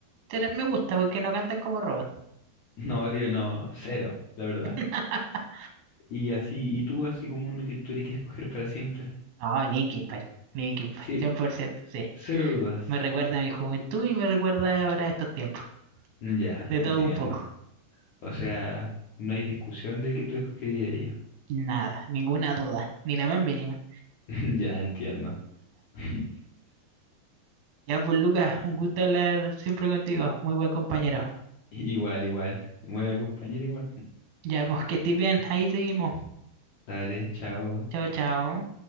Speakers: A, on the right; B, on the left.
A: Inter- Me gusta porque no cantan como robots.
B: No, yo no, cero, la verdad.
A: <laughs>
B: Y así, y tú así como uno que tuviera que escoger para siempre.
A: No, Linkin Park, Linkin Park,
B: Sí,
A: 100%, sí.
B: cero dudas.
A: Me recuerda a mi juventud y me recuerda ahora a estos tiempos.
B: Ya,
A: De
B: entiendo.
A: todo un poco.
B: O sea, no hay discusión de que tú escogerías ello.
A: Nada, ninguna duda, ni la más mínima.
B: <laughs> Ya, entiendo. <laughs>
A: Ya pues Lucas, un gusto hablar siempre contigo. Muy buen compañero.
B: Igual, igual. Buena compañera, igual.
A: Ya pues que estés bien, ahí seguimos.
B: Dale, chao, chao.
A: Chao, chao.